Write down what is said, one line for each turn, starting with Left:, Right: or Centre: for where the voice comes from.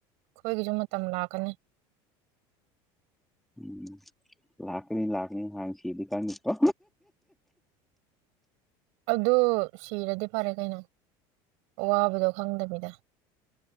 Right: ꯑꯩꯈꯣꯏꯒꯤꯁꯨ ꯃꯇꯝ ꯂꯥꯛꯀꯅꯤ
Centre: ꯎꯝ ꯂꯥꯥꯛꯀꯅꯤ ꯂꯥꯛꯀꯅꯤ ꯍꯥꯅꯥ ꯁꯤꯔꯥꯗꯤ ꯈꯡꯗꯦꯀꯣ
Right: ꯑꯗꯨ ꯁꯤꯔꯗꯤ ꯐꯔꯦ ꯀꯩꯅꯣ ꯑꯋꯥꯕꯗꯣ ꯈꯪꯗꯕꯤꯗ